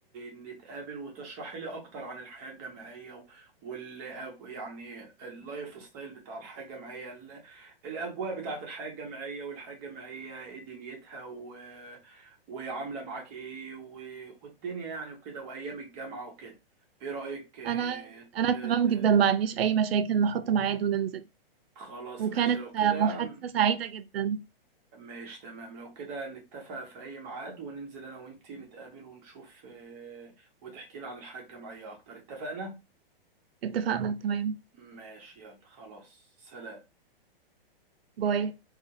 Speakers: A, on the right; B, on the right.
A: نتقابل وتشرحي لي اكتر عن الحياة الجامعية و- وال يعني اللايف ستايل بتاع الحياة الجامعية ال- الاجواء بتاعة الحياة الجامعية والحياة الجامعية ايه دنيتها و... وعاملة معاك ايه و... والدنيا يعني وكده وايام الجامعة وكده ايه رأيك إيه،
B: انا انا
A: ت...
B: تمام
A: ت...
B: جدا ما عنديش اي مشاكل نحط ميعاد وننزل
A: خلاص
B: وكانت
A: ماشي لو كده
B: آه، محادثة سعيدة جدا
A: ماشي تمام لو كده نتفق في أي ميعاد وننزل أنا وأنتي نتقابل ونشوف آه، وتحكي لي عن الحياة الجامعية أكتر اتفقنا؟
B: اتفقنا تمام
A: ماشي يلا خلاص سلام
B: باي